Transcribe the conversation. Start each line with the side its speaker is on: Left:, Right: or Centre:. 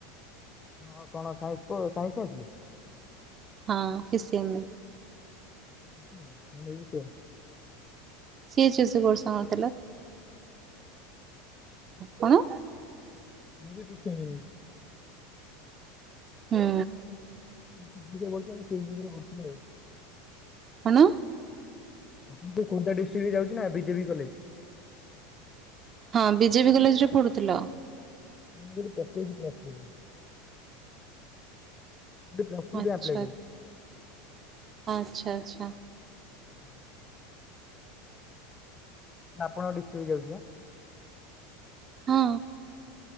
Left: ହଁ କଣ ସାଇନ୍ସ୍ କୁ ସାଇନ୍ସ୍ ନେଇଥିଲେ?
Right: ହଁ ଫିକ୍ସି ଏମେ।
Left: ହୁଁ ମୁଁ ବି ସେୟା।
Right: ସିଏ <unintelligible> କଣ
Left: ମୁଁ ବି ପି ସି ଏମ ୟୁ।
Right: ହୁଁ,
Left: <unintelligible>
Right: କଣ?
Left: ଆପଣ ତ ଖୋର୍ଦ୍ଧା ଡିଷ୍ଟ୍ରିକ୍ଟରେ ଯାଉଛି ନା ବିଜେପି କଲେଜ।
Right: ହଁ ବିଜେପି କଲେଜରେ ପଢୁଥିଲ।
Left: ମୁ ସେଇଥଠି ପକେଇଛି ପ୍ଲସ୍ ଥ୍ରୀ। ମୁଁ ପ୍ଲସ୍ ଥ୍ରୀ
Right: ଆଚ୍ଛା,
Left: ପାଇଁ ଆପ୍ଲାଏ କରିଛି
Right: ଆଚ୍ଛା ଆଚ୍ଛା।
Left: <inaudible> ନା ଆପଣଙ୍କ ଡିଷ୍ଟ୍ରିକ୍ଟ ଯାଉଛି ବା।
Right: ହଁ।